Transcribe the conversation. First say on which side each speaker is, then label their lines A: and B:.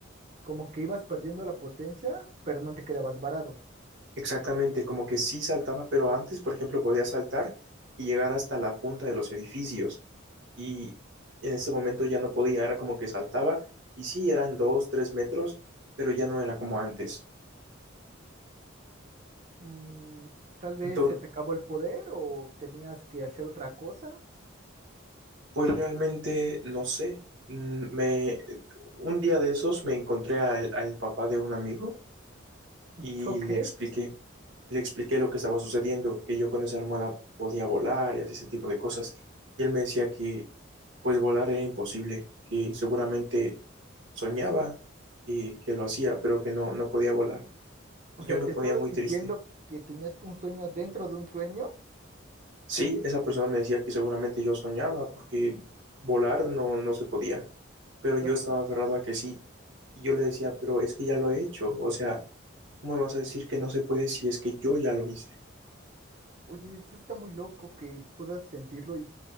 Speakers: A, on the right; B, on the right.
A: Como que ibas perdiendo la potencia, pero no te quedabas varado.
B: Exactamente, como que sí saltaba, pero antes, por ejemplo, podía saltar y llegar hasta la punta de los edificios. Y en ese momento ya no podía, era como que saltaba y sí, eran dos, tres metros, pero ya no era como antes.
A: Mm, tal vez
B: Entonces,
A: se te acabó el poder o tenías que hacer otra cosa.
B: pues realmente no sé. Mm, Me, un día de esos me encontré a el- al papá de un amigo
A: <laughs>
B: Y
A: Ok.
B: le expliqué, le expliqué lo que estaba sucediendo, que yo con esa almohada podía volar y así ese tipo de cosas. Y él me decía que pues volar era imposible, que seguramente soñaba que, que lo hacía, pero que no, no podía volar.
A: O
B: Y
A: sea,
B: yo me
A: te
B: ponía
A: estabas
B: muy
A: diciendo
B: triste.
A: que tenías un sueño dentro de un sueño.
B: Sí, esa persona me decía que seguramente yo soñaba porque volar no, no se podía, pero yo
A: <laughs>
B: estaba aferrado a que sí. Y yo le decía, pero es que ya lo he hecho, o sea, ¿cómo me vas a decir que no se puede si es que yo ya lo hice?
A: Oye, eso está muy loco que puedas sentirlo y